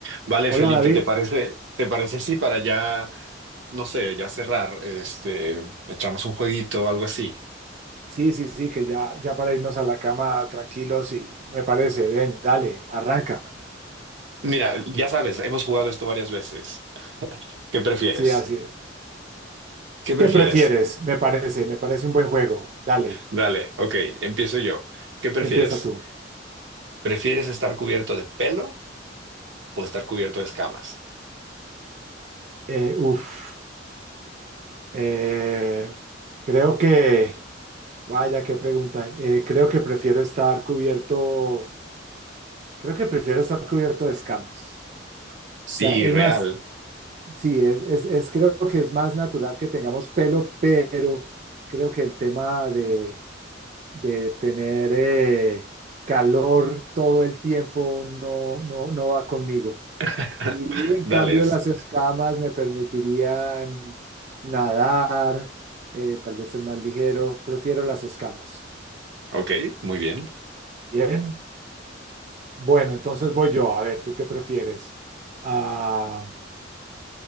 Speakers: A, on the right; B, on the right.
A: Vale,
B: Hola
A: Felipe,
B: David,
A: ¿te parece, te parece si para ya, no sé, ya cerrar, este, echamos un jueguito o algo así?
B: sí, sí, sí, que ya, ya para irnos a la cama tranquilos y me parece, ven, dale, arranca.
A: Mira, ya sabes, hemos jugado esto varias veces. ¿Qué prefieres?
B: Sí, así es.
A: ¿Qué prefieres?
B: ¿Qué prefieres? Me parece, me parece un buen juego. Dale,
A: Dale, ok, empiezo yo. ¿Qué prefieres?
B: empieza tú.
A: ¿Prefieres estar cubierto de pelo o estar cubierto de escamas?
B: Eh, uf, eh, creo que, vaya, qué pregunta. Eh, creo que prefiero estar cubierto, creo que prefiero estar cubierto de escamas. O
A: Sí,
B: sea, es
A: real.
B: más, sí, es, es, es creo que es más natural que tengamos pelo, pero creo que el tema de de tener eh, calor todo el tiempo no, no, no va conmigo.
A: <laughs>
B: Y en
A: Dale,
B: cambio
A: es-
B: las escamas me permitirían nadar, eh, tal vez ser más ligero. Prefiero las escamas.
A: ok, muy bien.
B: Bien. Bueno, entonces voy yo. A ver, ¿tú qué prefieres? Ah,